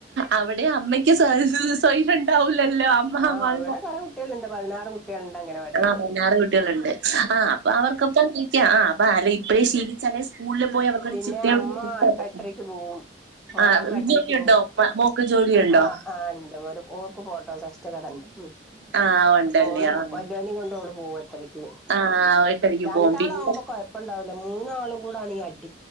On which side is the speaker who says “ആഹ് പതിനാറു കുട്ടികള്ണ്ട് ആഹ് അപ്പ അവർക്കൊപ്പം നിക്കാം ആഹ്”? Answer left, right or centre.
Right